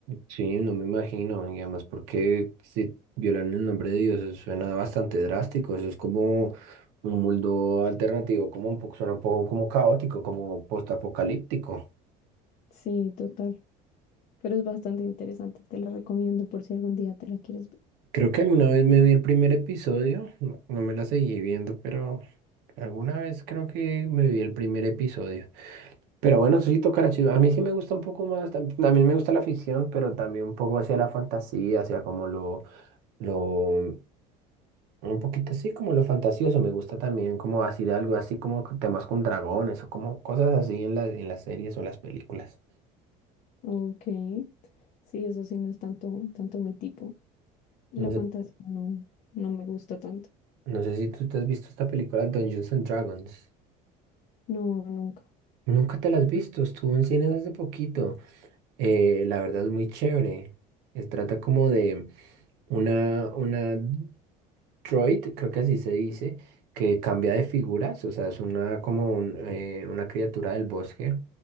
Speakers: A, on the right; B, on the left.
A: Sí, no me imagino, y además porque si violan el nombre de Dios, eso suena bastante drástico, eso es como un mundo alternativo, como un poco, suena un poco como caótico, como postapocalíptico.
B: Sí, total, pero es bastante interesante, te la recomiendo por si algún día te la quieres ver.
A: Creo que alguna vez me vi el primer episodio, no, no me la seguí viendo, pero alguna vez creo que me vi el primer episodio. Pero bueno, sí tocará chido. A mí sí me gusta un poco más, tam- también me gusta la ficción, pero también un poco hacia la fantasía, hacia como lo... lo Un poquito así como lo fantasioso, me gusta también como así de algo así como con temas con dragones o como cosas así en la- en las series o las películas.
B: Ok, sí, eso sí no es tanto, tanto mi tipo. La
A: No
B: fantasía
A: sé,
B: no, no me gusta tanto.
A: no sé si tú te has visto esta película Dungeons and Dragons.
B: No, nunca.
A: Nunca te la has visto, estuvo en cines hace poquito. Eh, la verdad es muy chévere. Se trata como de una, una droid, creo que así se dice, que cambia de figuras, o sea, es una como un, eh, una criatura del bosque